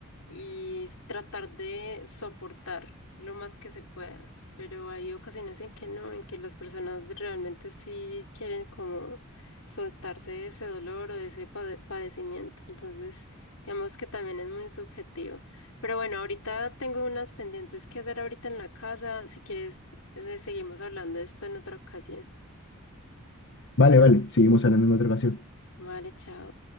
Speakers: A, on the left (about 90°); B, on the left (about 60°).
A: y s- tratar de soportar lo más que se pueda. Pero hay ocasiones en que no, en que las personas de- realmente sí quieren como soltarse de ese dolor o de ese pade- padecimiento. Entonces, digamos que también es muy subjetivo. Pero bueno, ahorita tengo unas pendientes que hacer ahorita en la casa. Si quieres, eh, seguimos hablando de esto en otra ocasión.
B: Vale, vale, seguimos hablando en otra ocasión.
A: Vale, chao.